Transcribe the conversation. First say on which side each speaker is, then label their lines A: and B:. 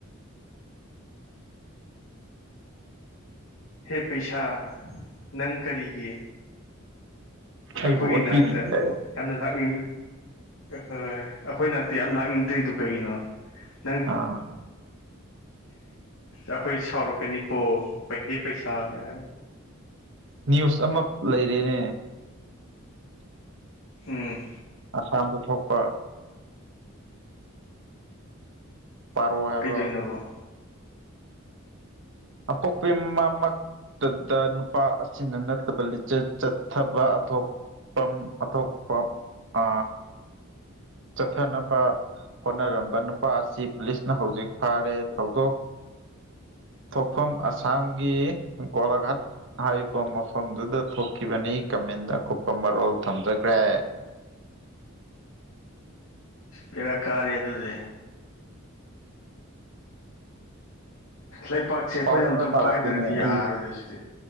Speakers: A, on the left; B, on the right.
A: ꯍꯦ ꯄꯩꯁꯥ ꯅꯪ ꯀꯔꯤꯒꯤ
B: ꯑꯩꯕꯨ
A: ꯑꯩꯈꯣꯏꯒꯤ
B: ꯑꯣꯠꯄꯤꯔꯤ
A: ꯅꯥꯔꯛꯇ
B: ꯍꯥꯏꯌꯣ
A: ꯌꯥꯝꯅ ꯂꯥꯛꯅꯤꯡ ꯍꯣꯏ ꯑꯩꯈꯣꯏ ꯅꯥꯛꯇꯤ ꯌꯥꯝ ꯂꯥꯛꯅꯤꯡꯗ꯭ꯔꯤꯗꯨ ꯀꯩꯒꯤꯅꯣ ꯅꯪ
B: ꯑꯥ
A: ꯑꯩꯈꯣꯏ ꯁꯥꯎꯔꯛꯀꯅꯤꯀꯣ ꯄꯩꯍꯦ ꯄꯩꯁꯥꯒꯥꯏ ꯍꯥꯏ
B: ꯅꯤꯌꯨꯁ ꯑꯃ ꯂꯩꯔꯦꯅꯦ
A: ꯎꯝ
B: ꯑꯁꯥꯝꯗ ꯊꯣꯛꯄ ꯄꯥꯔꯣ ꯍꯥꯏꯕ꯭ꯔꯣ
A: ꯀꯩꯗꯣꯏꯅꯣꯕ
B: ꯑꯄꯣꯛꯄꯤ ꯃꯥ ꯃꯛ ꯗ ꯅꯨꯄꯥ ꯑꯁꯤꯅ ꯅꯠꯇꯕ ꯂꯤꯆꯠ ꯆꯠꯊꯕ ꯑꯊꯣꯞ ꯄꯝ ꯑꯊꯣꯞꯄ ꯑ ꯆꯠꯊꯅꯕ ꯍꯣꯠꯅꯔꯝꯕ ꯅꯨꯄꯥ ꯑꯁꯤ ꯄꯨꯂꯤꯁꯅ ꯍꯧꯖꯤꯛ ꯐꯥꯔꯦ ꯊꯧꯗꯣꯛ ꯊꯣꯛꯐꯝ ꯑꯁꯥꯝꯒꯤ ꯀꯣꯂꯥꯘꯥꯠ ꯍꯥꯏꯔꯤꯕ ꯃꯐꯝꯗꯨꯗ ꯊꯣꯛꯈꯤꯕꯅꯤ ꯀꯃꯦꯟꯗ ꯑꯀꯨꯞꯄ ꯃꯔꯣꯜ ꯊꯝꯖꯒ꯭ꯔꯦ
A: ꯕꯦꯔꯥ ꯀꯥꯔꯦ ꯑꯗꯨꯗꯤ ꯂꯩꯄꯥꯛꯁꯦ ꯑꯩꯈꯣꯏꯅ
B: ꯄꯥꯎ ꯈꯔ
A: ꯑꯝꯇꯪ
B: ꯄꯥꯔꯛꯀꯦꯅꯦ
A: ꯄꯥꯏꯗ꯭ꯔꯗꯤ
B: ꯑꯩ
A: ꯌꯥꯔꯣꯏꯗꯁꯤꯗꯤ